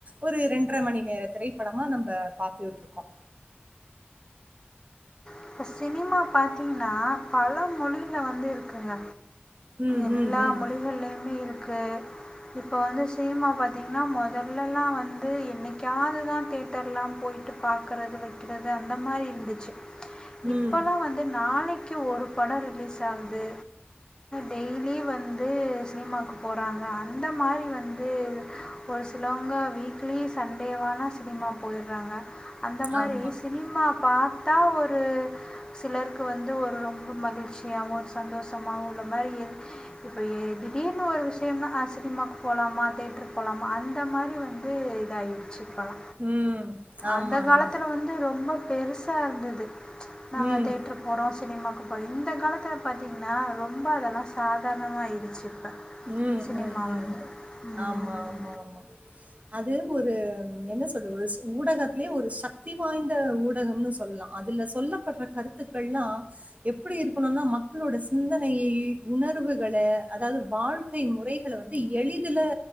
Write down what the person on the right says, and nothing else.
ஒரு இரண்டரை மணி நேர திரைப்படமா நம்ப பாத்துட்டு இருக்கோ
ம்,
ம், ம்.
ம்.
ஆமா.
ம். ஆமா,
ஆமா.
ம்.
ம்,
ம்,
ம்.
ஆமா, ஆமா, ஆமா. அது ஒரு என்ன சொல்றது ஒரு ஊடகத்லேயே ஒரு சக்தி வாய்ந்த ஊடகம்னு சொல்லலா அதுல சொல்லப்பட்ற கருத்துக்கள்ல்லா எப்டி இருக்கணுனா மக்களோட சிந்தனையை உணர்வுகள அதாவது வாழ்க்கை முறைகளை வந்து எளிதுல